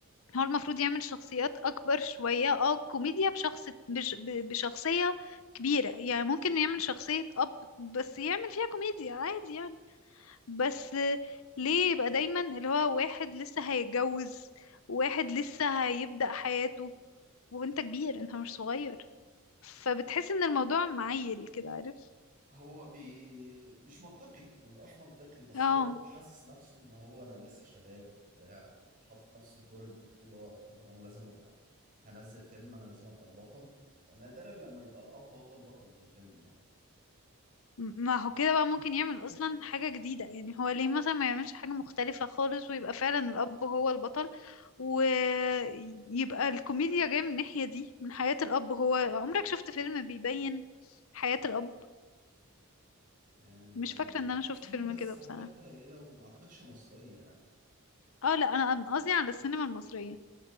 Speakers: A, on the left; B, on the right.
A: هو المفروض يعمل شخصيات اكبر شوية اه كوميديا بشخص بش ب- بشخصية كبيرة يعني ممكن يعمل شخصية اب بس يعمل فيها كوميديا عادي يعني بس ليه يبقى دايما اللي هو واحد لسه هيتجوز واحد لسه هيبدأ حياته وانت كبير انت مش صغير فبتحس ان الموضوع معيل كده عارف
B: هو بي... مش منطقي ما بيبقاش منطقي بس
A: اه
B: هو حاسس نفسه ان هو انا لسه شباب وبتاع فحاطط نفسه في دور البطولة ان هو انا لازم ابقى هنزل فيلم انا لازم ابقى البطل فنادرا لما بيبقى الاب هو البطل في الفيلم يعني
A: م- ما هو كده بقى ممكن يعمل اصلا حاجة جديدة يعني هو ليه مثلا ما يعملش حاجة مختلفة خالص ويبقى فعلا الاب هو البطل ويبقى الكوميديا جاية من الناحية دي من حياة الاب هو عمرك شفت فيلم بيبين حياة الاب
B: آه،
A: مش فاكرة ان انا شفت
B: في
A: فيلم
B: بس
A: كده بصراحة
B: حاجات قليلة وما اعتقدش مصرية يعني
A: اه لا انا أنا قصدي على السينما المصرية